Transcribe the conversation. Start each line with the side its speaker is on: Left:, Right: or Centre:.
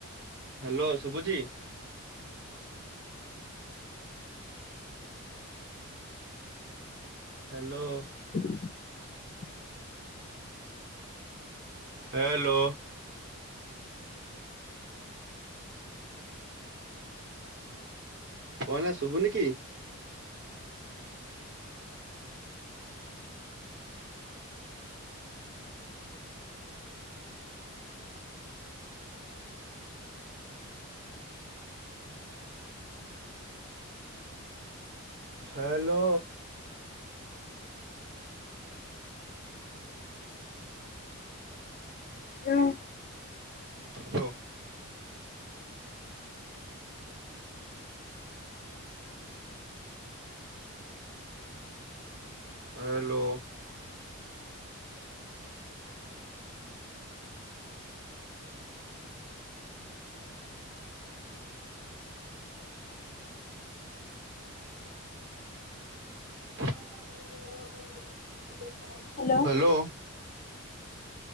Right: Hello ଶୁଭୁଛି? ହ୍ୟାଲୋ।
Left: <unintelligible>
Right: ହ୍ୟାଲୋ। କଣ ହେଲା ଶୁଭୁନି କି? ହ୍ୟାଲୋ।
Left: ହଁ।
Right: Hello. Hello. <unintelligible>
Left: Hello.
Right: Hello.